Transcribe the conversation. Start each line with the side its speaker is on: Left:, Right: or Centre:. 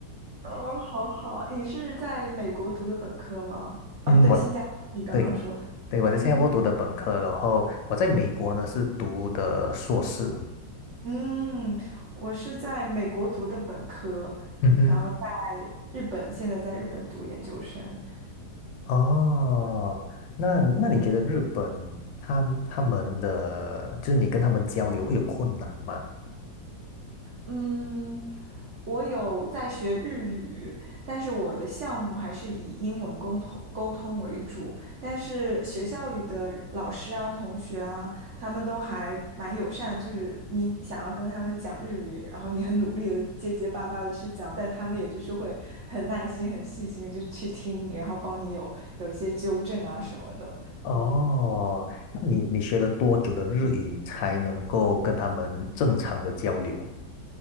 Right: 哦，好好，你是在美国读的本科吗？啊，
Left: 嗯，
Right: 不对，
Left: 我
Right: 新加坡，你刚刚说，
Left: 对对我在新加坡读的本科，
Right: 嗯
Left: 然后我在美国呢是读的硕士。
Right: 嗯，我是在美国读的本科，
Left: 嗯哼。
Right: 然后在日本，现在在日本读研究生。
Left: 哦，那那你觉得日本他他们的，就是你跟他们交流会有困难吗？
Right: 嗯，我有在学日语，但是我的项目还是以英文沟通沟通为主。但是学校里的老师啊、同学啊，他们都还蛮友善，就是你想要跟他们讲日语，然后你很努力的结结巴巴的去讲，但他们也就是会很耐心、很细心的就去听你，然后帮你有有一些纠正啊什么的。
Left: 哦，那你你学了多久的日语才能够跟他们正常的交流？